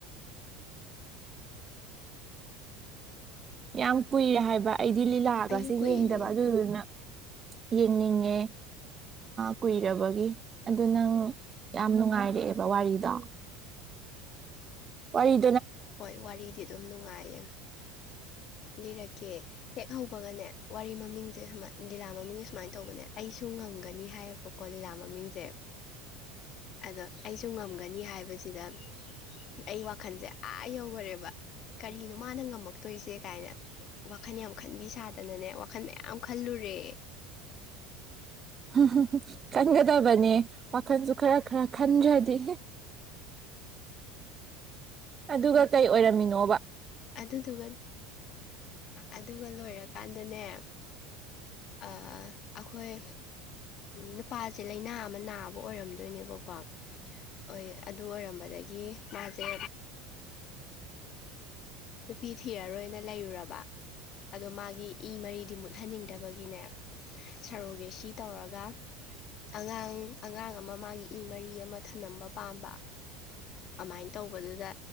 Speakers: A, on the right (about 30°); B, on the left (about 45°).
A: ꯌꯥꯝ ꯀꯨꯏꯔꯦ ꯍꯥꯏꯕ ꯑꯩꯗꯤ ꯂꯤꯂꯥꯒꯁꯦ
B: ꯑꯩꯁꯨ ꯀꯨꯏꯔꯦ
A: ꯌꯦꯡꯗꯕ ꯑꯗꯨꯗꯨꯅ ꯌꯦꯡꯅꯤꯡꯉꯦ ꯀꯨꯏꯔꯕꯒꯤ ꯑꯗꯨ ꯅꯪ ꯌꯥꯝ ꯅꯨꯡꯉꯥꯏꯔꯛꯑꯦꯕ ꯋꯥꯔꯤꯗꯣ ꯑꯣꯏ
B: ꯍꯣꯏ ꯋꯥꯔꯤꯗꯤ ꯑꯗꯨꯝ ꯅꯨꯡꯉꯥꯏꯌꯦ ꯂꯤꯔꯛꯀꯦ ꯍꯦꯛ ꯍꯧꯕꯒꯅꯦ ꯋꯥꯔꯤ ꯃꯃꯤꯡꯁꯦ ꯁꯨꯃꯥꯏ ꯂꯤꯂꯥ ꯃꯡꯦ ꯁꯨꯃꯥꯏꯅ ꯇꯧꯕꯅꯦ ꯑꯩꯁꯨ ꯉꯝꯒꯅꯤ ꯍꯥꯏꯌꯦꯕꯀꯣ ꯂꯤꯂꯥ ꯃꯃꯤꯡꯁꯦ ꯑꯗꯣ ꯑꯩꯁꯨ ꯉꯝꯒꯅꯤ ꯍꯥꯏꯕꯁꯤꯗ ꯑꯩ ꯋꯥꯈꯜꯁꯦ ꯑꯥ ꯌꯧꯈꯔꯦꯕ ꯀꯔꯤꯅꯣ ꯃꯥꯅ ꯉꯝꯃꯛ ꯇꯣꯏꯁꯦ ꯀꯥꯏꯅ ꯋꯥꯈꯜ ꯌꯥꯝ ꯈꯟꯕꯤ ꯁꯥꯗꯅꯅꯦ ꯋꯥꯈꯜ ꯃꯌꯥꯝ ꯈꯜꯂꯨꯔꯦ
A: ꯎꯝ ꯈꯟꯒꯗꯕꯅꯦ ꯋꯥꯈꯜꯁꯨ ꯈꯔ ꯈꯔ ꯈꯟꯗ꯭ꯔꯗꯤ ꯑꯗꯨꯒ ꯀꯩ ꯑꯣꯏꯔꯝꯃꯤꯅꯣꯕ
B: ꯑꯗꯨꯗꯨꯒ ꯑꯗꯨꯒ ꯂꯣꯏꯔꯀꯥꯟꯗꯅꯦ ꯑꯩꯈꯣꯏ ꯅꯨꯄꯥꯁꯦ ꯂꯩꯥꯏꯅꯥ ꯑꯃ ꯅꯥꯕ ꯑꯣꯏꯔꯝꯗꯣꯏꯅꯦꯕꯀꯣ ꯑꯣꯏ ꯑꯗꯨ ꯑꯣꯏꯔꯝꯕꯗꯒꯤ ꯃꯥꯁꯦ
A: ꯎꯝ
B: ꯅꯨꯄꯤ ꯊꯤꯔꯔꯣꯏꯅ ꯂꯩꯔꯨꯔꯕ ꯑꯗꯣ ꯃꯥꯒꯤ ꯏ ꯃꯔꯤꯗꯤ ꯃꯨꯠꯍꯟꯅꯤꯡꯗꯕꯒꯤꯅꯦ ꯁꯔꯣꯒꯦꯁꯤ ꯇꯧꯔꯒ ꯑꯉꯥꯡ ꯑꯉꯥꯡ ꯑꯃ ꯃꯥꯒꯤ ꯏ ꯃꯔꯤ ꯑꯃ ꯊꯝꯂꯝꯝꯕ ꯄꯥꯝꯕ ꯑꯗꯨꯃꯥꯏꯅ ꯇꯧꯕꯗꯨꯗ